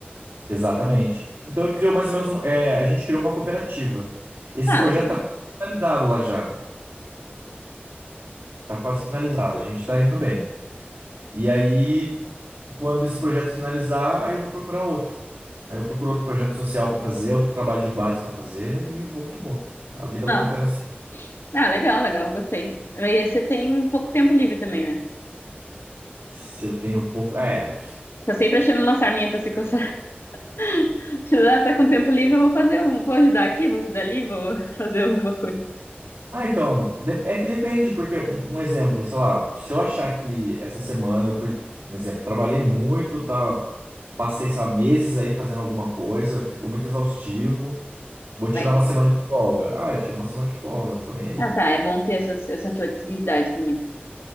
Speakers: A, on the right; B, on the left.
A: Exatamente. Então eu criou mais ou menos uma, é, a gente criou uma cooperativa. Esse
B: Ah,
A: projeto
B: legal.
A: está finalizado lá já. Está quase finalizado. A gente está indo bem. E aí, quando esse projeto finalizar, aí eu vou procurar outro. Aí eu procuro outro projeto social para fazer, outro trabalho de base para fazer e vou que vou. A vida
B: Nossa.
A: vai tocando assim.
B: Ah, legal, legal, gostei. E aí você tem pouco tempo livre também, né?
A: Se eu tenho pouco. É.
B: Tá sempre achando uma sarminha pra se coçar. <laughs> Ah, tá com tempo livre, eu vou fazer um. Vou ajudar aqui, vou ajudar ali, vou <laughs> fazer alguma coisa.
A: Ah, então. de- É que depende, porque um, um exemplo, sei lá, se eu achar que essa semana eu. pre- Exemplo, trabalhei muito, tá? Passei, sabe, meses aí fazendo alguma coisa, ficou muito exaustivo. Vou tirar
B: Like.
A: uma semana de folga. Ah, eu tiro uma semana de folga, não tô nem aí.
B: Ah, tá. É bom ter essa, essa flexibilidade também.